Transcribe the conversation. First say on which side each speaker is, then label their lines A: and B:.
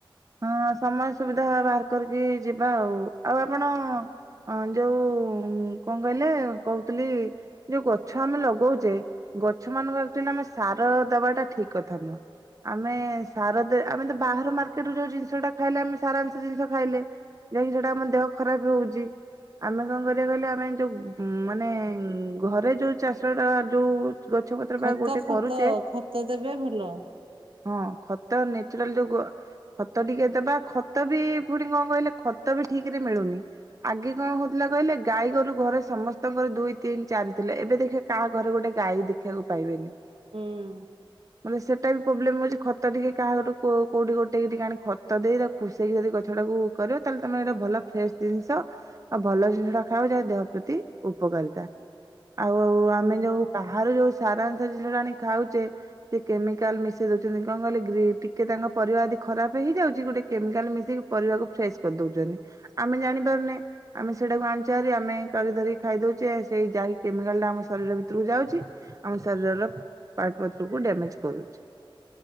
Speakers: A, on the right; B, on the right.
A: ହଁ ସମୟ ସୁବିଧା ବାହାର କରିକି ଯିବା ଆଉ ଆଉ ଆପଣ ଯୋଉ କଣ କହିଲେ କହୁଥିଲି ଯୋଉ ଗଛ ଆମେ ଲଗଉଛେ ଗଛ ମାନଙ୍କର ଏକ୍ଟୁଆଲି ଆମେ ସାର ଦବାଟା ଠିକ କଥା ନୁହଁ ଆମେ ସାର ଆମେ ତ ବାହାର ମା ସେଥିରୁ ଯୋଉ ଜିନିଷ ଟା ଖାଇଲେ ଆମେ ସାରାଂଶ ଜିନିଷ ଖାଇଲେ ଯାହାକି ସେଟା ଆମ ଦେହ ଖରାପ ହୋଉଚି ଆମେ କଣ କରିବା କହିଲେ ଆମେ ଯୋଉ ମାନେ ଘରେ ଯୋଉ ଚାଷ ଟା ଯୋଉ ଗଛ ପତ୍ର
B: ଖତ
A: ବା ଗୋଟେ
B: ଖତ
A: କରୁଛେ
B: ଖତ ଦେବେ ଭଲ
A: ହଁ ଖତ ନେ ଆଜିକାଲି ଯୁଗ। ଖତ ଟିକେ ଦବା ଖତ ବି ପୁଣି କଣ କହିଲେ ଖତ ବି ଠିକ ରେ ମିଳୁନି ଆଗେ କଣ ହଉଥିଲା। କହିଲେ ଗାଈ ଗୋରୁ ଘରେ ସମସ୍ତଙ୍କର ଦୁଇ ତିନି ଚାରି ଥିଲେ ଏବେ ଦେଖିବେ କାହା ଘରେ ଗୋଟେ ଗାଈ ଦେଖିବାକୁ ପାଇବେନି।
B: ହୁଁ।
A: ମାନେ ସେଟା ବି ପ୍ରୋବ୍ଲେମ ହଉଛି ଖତ ଟିକେ କାହା ଘରୁ କୋ-କୋଉଠି କୋଉ। ଟିକେ ଟିକେ ଆଣି ଖତ ଦେଇ ତା ଖୁସେଇକି ଯଦି ଗଛଟାକୁ କରିବ ତାହେଲେ ତମର ଭଲ ଫ୍ରେଶ ଜିନିଷ ଆଉ ଭ ଭଲ ଜିନିଷ ଟା ଖାଅ ଯେ ଦେହ ପ୍ରତି ଉପକାରିତା ଆଉ
B: ହୁଁ
A: ଆମେ ଯୋଉ ବାହାରୁ ଯୋଉ। ସାରାଂଶା ଜିନିଷ ଆଣି ଖାଉଛେ ସେ କେମିକାଲ ମିଶେଇ ଦଉଛନ୍ତି କଣ କହିଲେ ଗ୍ରୀଫ ଫିକେ ତାଙ୍କ ପରିବା ଯଦି। ଖରାପ ହେଇଯାଉଛି ଗୋଟେ କେମିକାଲ ମିଶି ପରିବାକୁ ଫ୍ରେସ କରି ଦଉଛନ୍ତି ଆମେ ଜାଣିପାରୁନେ ଆମେ ସ ସେଟାକୁ ଆଣୁଚି ହେରି ଆମେ କରି ଧରି ଖାଇ ଦଉଛେ ସେଇ ଯାଇ କେମିକାଲ ଟା ଆମ ଶରୀର ଭିତକୁ ଯାଉଛି ଆ ଶରୀରର ପାର୍ଟ ପତ୍ରକୁ ଡ୍ୟାମେଜ କରୁଛି।